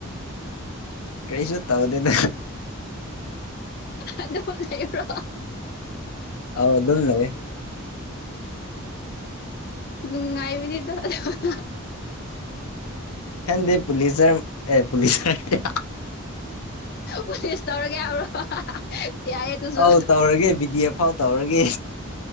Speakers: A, on the left; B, on the left.
A: ꯀꯔꯤꯁꯨ ꯇꯧꯗꯦꯗ
B: ꯑꯗꯨꯝ ꯂꯩꯕ꯭ꯔꯣ
A: ꯑꯥꯎ ꯑꯗꯨꯝ ꯂꯩꯌꯦ
B: ꯅꯨꯡꯉꯥꯏꯕꯅꯤꯗ ꯑꯗꯨ
A: ꯈꯪꯗꯦ ꯄꯨꯂꯤꯖꯔ ꯑꯦ ꯄꯨꯂꯤꯁ ꯍꯥꯏꯗꯦ
B: ꯄꯨꯂꯤꯁ ꯇꯧꯔꯒꯦ ꯍꯥꯏꯕ꯭ꯔꯣ ꯌꯥꯏꯌꯦ ꯗꯨꯁꯨ
A: ꯑꯧ ꯇꯧꯔꯒꯦ ꯕꯤꯗꯤ ꯑꯦꯐ ꯐꯥꯎ ꯇꯧꯔꯒꯦ